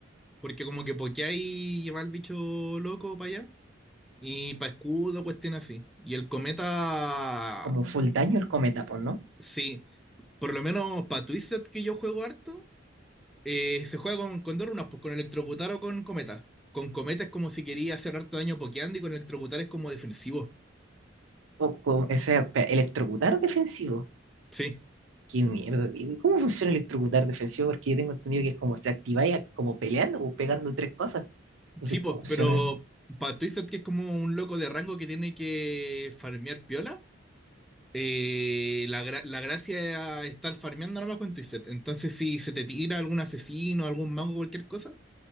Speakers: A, in the centre; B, on the right.
A: Porque como que pokea y lleva al bicho loco para allá. Y para escudo, cuestión así. Y el cometa,
B: Como full daño el cometa, pues, ¿no?
A: sí. Por lo menos para Twisted, que yo juego harto, eh, se juega con, con dos runas, pues con electrocutar o con cometa. Con cometa es como si quería hacer harto daño pokeando y con electrocutar es como defensivo.
B: O con ese pe- electrocutar defensivo.
A: Sí.
B: Qué mierda. ¿Y ¿Cómo funciona el electrocutar defensivo? Porque yo tengo entendido que es como se activáis como peleando o pegando tres cosas. Entonces,
A: Sí, pues,
B: ¿cómo funciona?
A: pero para Twisted, que es como un loco de rango que tiene que farmear piola, eh, la, gra- la gracia es estar farmeando nada más con Twisted. Entonces, si se te tira algún asesino, algún mago, cualquier cosa,